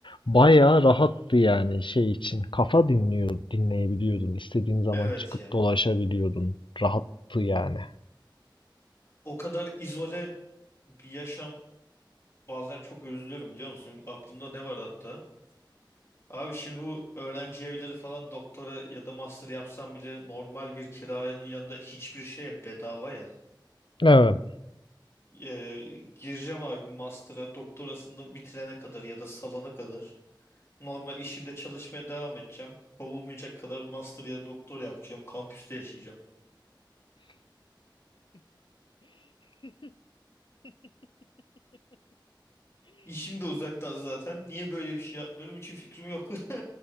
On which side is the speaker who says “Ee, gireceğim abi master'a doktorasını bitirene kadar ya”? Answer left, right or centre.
Left